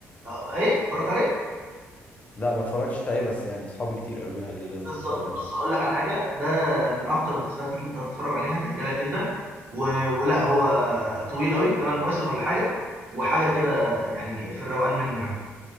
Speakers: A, on the right; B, on the left.
A: آه، ايه اتفرجت عليه
B: لا ما اتفرجتش عليه بس يعني صحابي كتير قالوا لي عليه لازم
A: بالظبط
B: تتفرج عليه
A: بص اقول لك على حاجه ده من اكتر المسلسلات اللي انت هتتفرج عليها تعجبك جدا و... ولا هو طويل قوي 8 مواسم ولا حاجه وحاجه كده يعني في الروقان منه يعني